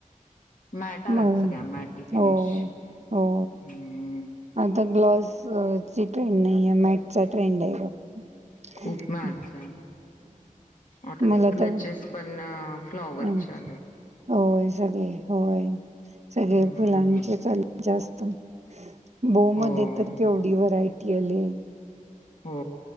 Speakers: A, on the left; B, on the right.
A: मॅटारच
B: मग
A: सगळ्या मॅटी फिनिश
B: हो हो
A: हम्म
B: आता ग्लॉस ची ट्रेन ट्रेंड आहे्
A: खूप मॅच आहे आता ते
B: मला
A: क्लचेस
B: तर
A: पण फ्लॉवरचे
B: हम
A: आलेत
B: होय सगळे होय सगळे
A: हम्म
B: फुलांचेच आलेत जास्त <inaudible> बोऊ
A: होय
B: मध्ये तर केवढी व्हरायटी आली.
A: हो